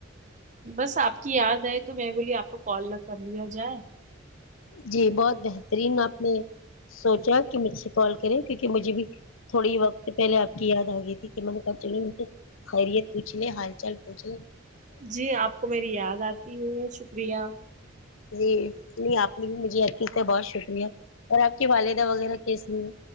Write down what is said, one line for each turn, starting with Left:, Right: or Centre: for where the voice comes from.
Right: بس آپ کی یاد ائے تو میں بولی آپ کو کال نہ کر لیا جائے
Left: جی بہت بہترین آپ نے سوچا کہ مجھ سے کال کریں کیونکہ مجھے بھی تھوڑی وقت پہلے آپ کی یاد ا گئی تھی کہ میں نے کہ چلی ان کل خیریت پوچھ نہ حال چال پوچھ نہ
Right: جی آپ کو میری یاد اتی ہے شکریہ
Left: جی نہیں آپ نے بھی مجھے عی سے بہت شکریہ اور آپ کی والدہ وغیرہ کیسی ہیں